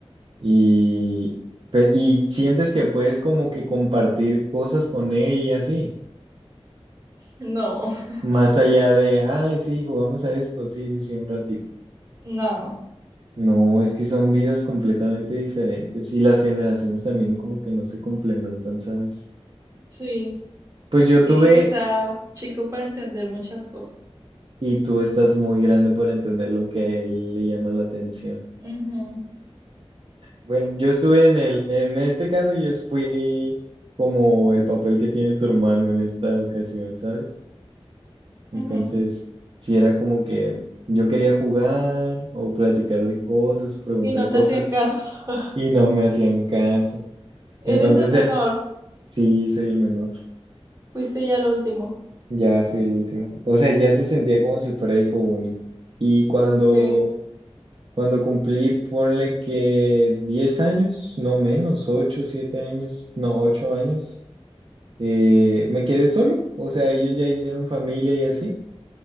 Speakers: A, on the right; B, on the right.
A: Y, pe- y sientes que puedes como que compartir cosas con él y así,
B: No, <laughs>
A: más allá de, ay, sí, jugamos a esto, sí, sí, sí, un ratito.
B: no,
A: No, es que son vidas completamente diferentes y las generaciones también como que no se complementan, ¿sabes?
B: sí,
A: Pues yo
B: sí,
A: tuve,
B: está chico para entender muchas cosas.
A: y tú estás muy grande para entender lo que a él le llama la atención.
B: Ujú,
A: Bueno, yo estuve en el, en este caso yo fui como el papel que tiene tu hermano en esta ocasión, ¿sabes? Entonces,
B: ujú.
A: si era como que yo quería jugar o platicar de cosas o preguntar
B: Y no
A: cosas
B: te hacían caso. <laughs>
A: y no me hacían caso.
B: Eres
A: Entonces
B: el menor.
A: era, sí, soy el menor.
B: Fuiste ya el último.
A: Ya fui el último. O sea, ya se sentía como si fuera hijo único. Y cuando,
B: Ok,
A: cuando cumplí, ponle que 10 años, no menos, 8 7 años, no, 8 años, eh, me quedé solo. O sea, ellos ya hicieron familia y así.